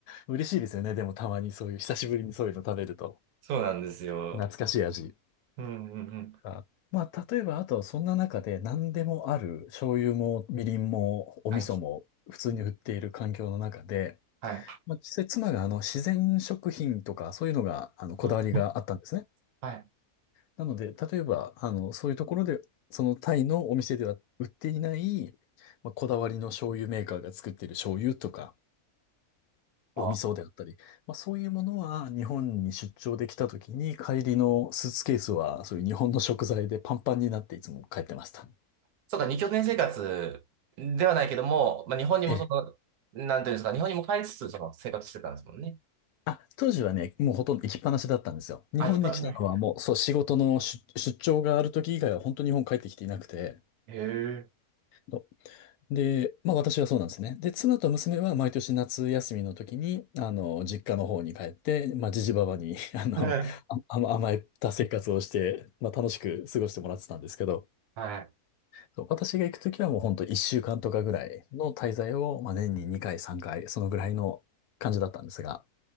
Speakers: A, on the left; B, on the right.
A: 嬉しいですよね。でもたまにそういう、久しぶりにそういうの食べると。
B: そうなんですよ。
A: 懐かしい味。
B: うんうんうん
A: か。まあ、例えば、あと、そんな中で何でもある、醤油も、みりんも、お味噌も、
B: はい。
A: 普通に売っている環境の中で、
B: うんはい。
A: まあ、実際、妻が、あの、自然食品とか、そういうのが、あの、こだわりがあったんですね。
B: あはい。
A: なので、例えば、あの、そういうところで、そのタイのお店では売っていない、まあ、こだわりの醤油メーカーが作っている醤油とか、お味噌であったり、
B: あ、
A: まあ、そういうものは日本に出張できた時に帰りのスーツケースはそういう日本の食材でパンパンになっていつも帰ってました。
B: そうか、二拠点生活ではないけども、まあ、日本にもその、
A: ええ。
B: なんていうんですか、日本にも帰りつつ、その生活してたんですもんね。
A: あ、当時はね、もうほとんど行きっぱなしだったんですよ。日本に来たのはもう、
B: あ、一般の。へ
A: そう、仕事の出、出張がある時以外は本当に日本帰ってきていなくて。
B: え。
A: そうで、まあ私はそうなんですね。で、妻と娘は毎年夏休みの時に、あの、実家の方に帰って、まあ、じじばばに、<laughs> あの、
B: はい
A: あ、甘甘えた生活をして、まあ楽しく過ごしてもらってたんですけど、
B: はい。
A: そう私が行く時はもう本当1週間とかぐらいの滞在を、まあ年に2回、3回、そのぐらいの感じだったんですが、